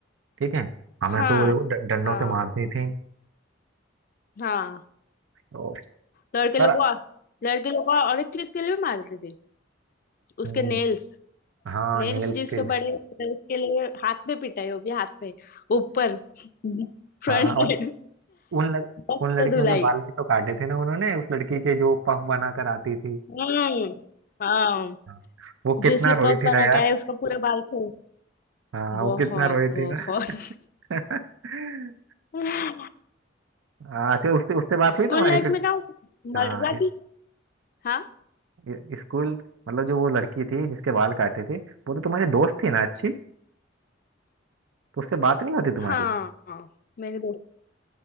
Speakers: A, on the right; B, on the left.
A: ठीक है हमें
B: हाँ
A: तो वो देखो ड- डंडों
B: हाँ
A: से मारती थी
B: हाँ
A: ओ,
B: लड़के
A: पर
B: लोग को- लड़के लोग को और एक चीज के लिए भी मारती थी उसके
A: हम्म,
B: नेल्स
A: हाँ
B: नेल्स
A: नेल
B: जिसके
A: के लिए।
B: बड़े होते थे, उसके लिए हाथ में पिटाई होगी हाथ में ऊपर Front
A: हाँ
B: side
A: और उन लड़,
B: मस्त
A: उन लड़कियों
B: धुलाई
A: के बाल भी तो काटे थे ना उन्होंने उस लड़की के जो पफ बना कर आती थी
B: हम्म हाँ
A: हाँ, वो कितना
B: जो इसने
A: रोई
B: पफ
A: थी
B: बना
A: ना यार
B: के आया उसका पूरा बाल खोल
A: हाँ
B: बहुत
A: वो कितना रोई
B: बहुत
A: थी ना <laughs>
B: <laughs>
A: हाँ, अच्छा उससे उससे बात हुई
B: स्कूल
A: तुम्हारी
B: लाइफ
A: फिर
B: में ना
A: हाँ
B: मजा भी हाँ
A: ये- स्कूल मतलब जो वो लड़की थी जिसके बाल काटे थे वो तो तुम्हारी दोस्त थी ना अच्छी तो उससे बात नहीं होती तुम्हारी
B: हाँ मेरे दोस्त